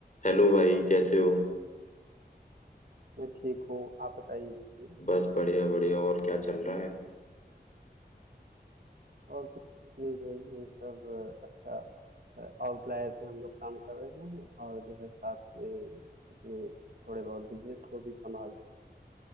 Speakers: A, on the left; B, on the right.
A: Hello भाई कैसे हो
B: मैं ठीक हूँ आप बताइए
A: बस बढ़िया बढ़िया और क्या चल रहा है
B: और कुछ नहीं भाई ये सब अच्छा आउटलायर पे हम लोग काम कर रहे हैं और जो है साथ में अपने थोड़े बहुत बिजनेस को भी संभाल रहे हैं